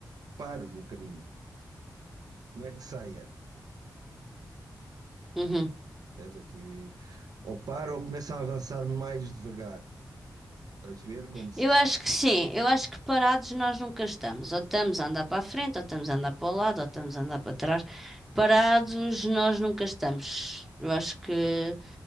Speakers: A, on the right (about 65°); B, in the centre.
A: paro no caminho, não é que saia,
B: Uhum.
A: Temos aqui ou paro ou começa a avançar mais devagar, estás a ver como se.
B: Eu acho que sim, eu acho que parados nós nunca estamos. Ou estamos a andar para a frente, ou estamos a andar para o lado, ou estamos a andar para trás. Parados nós nunca estamos. Eu acho que